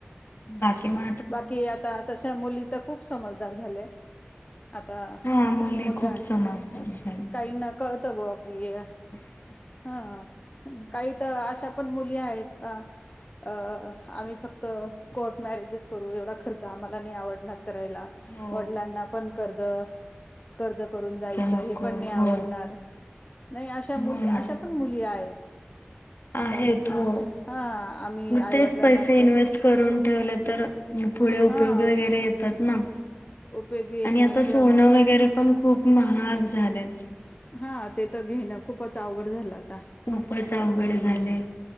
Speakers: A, on the left (about 60°); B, on the left (about 35°).
A: बाकी म
B: बाकी आता तशा मुली तर खूप समजदार झाल्या. आता
A: हा मुली
B: मुलं
A: खूप समजदार झाली
B: काहींना कळत ब की
A: ह.
B: हा काही तर अशा पण मुली आहेत. का अ आम्ही फक्त कोर्ट मॅरेजेस करू एवढा खर्च आम्हाला नाही आवडणार. कराय
A: हो
B: वडलांना पण कर्ज कर्ज करून जायचं
A: नको
B: हे पण नाही आवडणार.
A: हो
B: नाही अशा मुली
A: हो ना
B: अशा पण मुली आहेत.
A: आहेत
B: कन
A: हो
B: अ हा. आम्ही
A: मग
B: आईवडिलांना
A: तेच पैसे
B: असं
A: इन्व्हेस्ट करून ठेवले तर पुढे उपयोगी
B: हा
A: वगैरे येतात ना.
B: उपयोगी येता
A: आणि आता
B: किंवा
A: सोनं
B: मग हम्म
A: वगैरे पण खूप महाग झालंय.
B: हा ते तर घेणं खूपच अवघड झालं आता हम्म
A: खूपच अवघड
B: हम्मम्.
A: झाले